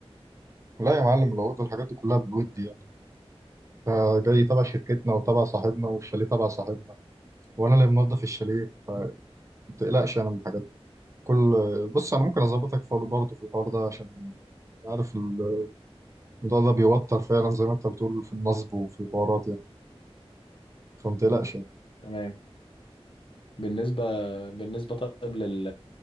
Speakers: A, on the right (about 30°); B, on the left (about 55°).
A: لا يا معلم لو قلت الحاجات دي كلها بالود يعني انت جاي تبع شركتنا وتبع صاحبنا والشاليه تبع صاحبنا وانا اللي منظف الشاليه فما تقلقش انا من الحاجات دي كل بص انا ممكن اظبطك فور- برضه في الحوار ده عشان عارف الموضوع ده بيوتر فعلا زي ما انت بتقول في النصب وفي الحوارات يعني فما تقلقش يعني.
B: تمام بالنسبة بالنسبة طيب لل...